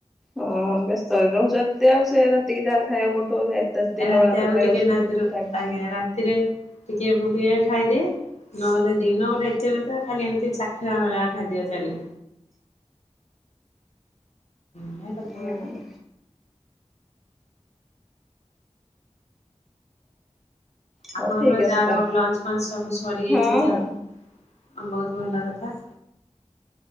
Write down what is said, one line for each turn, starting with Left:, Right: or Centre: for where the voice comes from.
Centre: ହଁ ବ୍ୟସ୍ତରେ ରହୁଛ ଏତେ ଆଉ ସେ ରାତିକି ଯାହେଲେ ଖାଇବାକୁ ପଡୁଥିବ। ଏତେ ଦିନ
Left: ରାତି
Centre: ବେଳା
Left: ଆଗ
Centre: ତ ଖାଇବାକୁ
Left: ଟିକେ
Centre: ସୁଝୁନି
Left: ନାଗୁରୁ
Centre: ଟାଇମ୍
Left: ଆଜ୍ଞା ରାତିରେ ଟିକେ ମୁଁ ଟିକେ ଖାଇଦିଏ ନହେଲେ ଦିନ ଗୋଟେ ଏତେ <unintelligible> ଖାଲି ଏମିତି ଚାଖିଆ ଭଳିଆ ଖାଦ୍ୟ ଚାଲେ। ମୋ କଥା
Centre: ହୁଁ
Left: ମ୍ୟାଡ଼ାମ
Centre: ହଉ
Left: ଆପଣଙ୍କର
Centre: ଠିକ ଅଛି
Left: ଯାହା
Centre: ତାହେଲେ
Left: ହଉ ଲଞ୍ଚ ଫଞ୍ଚ ସବୁ ସରିଯାଇଛି
Centre: ହଁ
Left: ଯାହା
Centre: ହଁ
Left: ହଉ। ବହୁତ ଭଲ କଥା।